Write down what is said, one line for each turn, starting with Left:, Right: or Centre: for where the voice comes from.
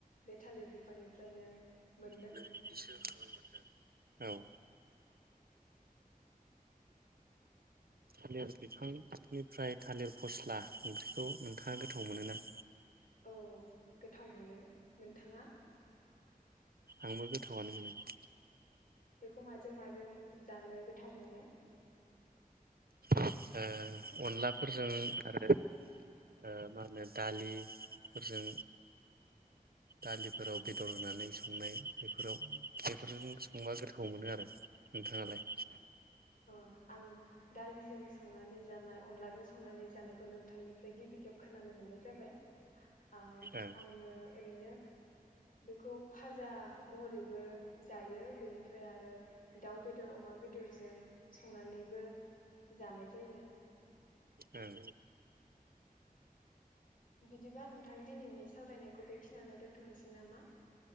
Left: बे थालिर बिफांनिफ्रायनो मोनो
Right: नै बेसो ओंखार बाय माथो औ हायो आरो बिफांनिफ्राय थालिर फस्ला ओंख्रिखौ नोंथाङा गोथाव मोनोना?
Left: औ गोथाव मोनो नोंथाङा
Right: आंबो गोथावआनो मोनो।
Left: बेखौ माजों माजों जानो गोथाव मोनो?
Right: ओ अनलाफोरजों आरो ओ मा होनो दालिफोरजों दालिफोराव
Left: औ
Right: बेदर होनानै संनाय बेफोराव बेफोरजों संबा गोथाव मोनो आरो नोंथाङालाय?
Left: अ आं दालिजों संनानै जानाय अनलाजों संनानै जानाय खौ नोंथांनिफ्राय गिबि खेब खोनानो मोननाय जाबाय आ
Right: ओं
Left: आङो ओरैनो बेखौ फाजा महरैबो जायो बेनिफ्राय आरो दाउ बेदर अमा बेदरजों संनानैबो जानाय जायो।
Right: ओं
Left: बिदिबा नोंथां दिनैनि सावरायनायखौ बेखिनियावनो दोन्थ' नोसै नामा?